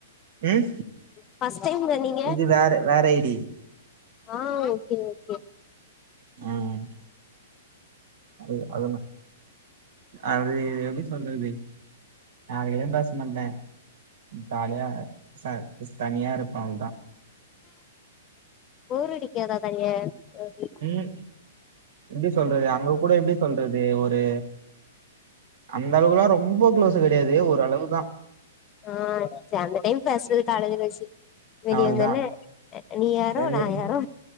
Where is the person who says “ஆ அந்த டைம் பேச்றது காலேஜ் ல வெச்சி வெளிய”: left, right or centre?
Left